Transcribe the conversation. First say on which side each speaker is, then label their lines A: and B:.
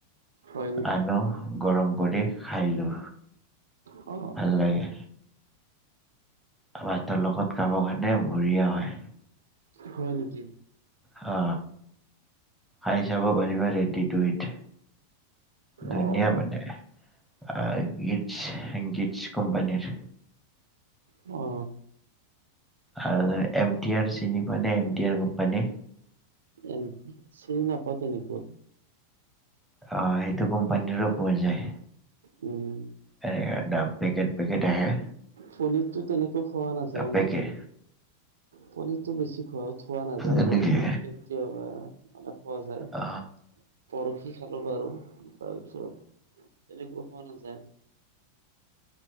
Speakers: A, on the right; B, in the centre.
A: হয় নেকি
B: আনো গৰম কৰি খাই লো
A: অ
B: ভাল লাগে ভাতৰ লগত খাব কাৰণে বঢ়িয়া হয়
A: হয় নেকি
B: হা খাই চাব পাৰিবা ৰেড্ডি টো ইত ধুনীয়া
A: অ
B: মানে আহ গীটছ গীটছ কোম্পানীৰ
A: অ
B: আৰু এম টি আৰ চিনিৱা নে M T R company
A: M T চিনি নাপাও তেনেকৈ
B: হ সেইটো কোম্পানীটোট পোৱা যায়
A: উম
B: এনেক দাম পেকেট পেকেট আহে
A: পনিৰতো তেনেকৈ খোৱা নাযায়
B: পেকেট
A: মানে পনিৰতটো বেছি ঘৰত খোৱা নাযায়
B: এনেকে
A: তেনেকে কেতিয়াবা মানে খোৱা যায়
B: অ
A: পৰহি খালো বাৰু তাৰপিছত তেনেকুৱ হোৱা নাযায়